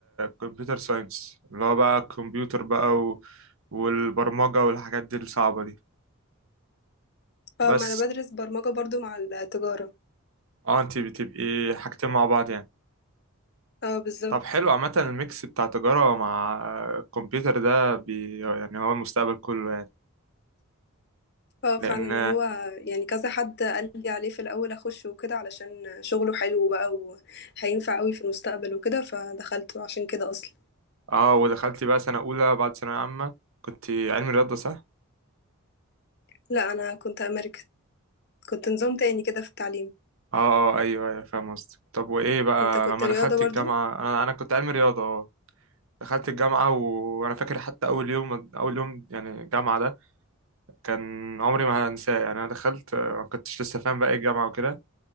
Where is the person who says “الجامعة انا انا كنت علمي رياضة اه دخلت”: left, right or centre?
Right